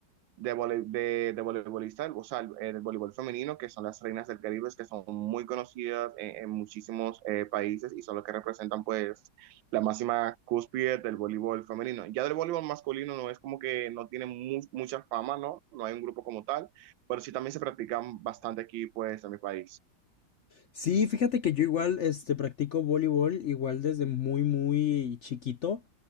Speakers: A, on the right; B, on the left.
A: de, vole- de, de voleibolista, o sea, eh, del voleibol femenino, que son las reinas del Caribe, que son muy conocidas en, en muchísimos eh, países y son los que representan pues la máxima cúspide del voleibol femenino. Ya del voleibol masculino no es como que no tiene mu- mucha fama, ¿no? No hay un grupo como tal, pero sí también se practican bastante aquí pues en mi país.
B: Sí, fíjate que yo igual, este, practico voleibol, igual desde muy, muy chiquito.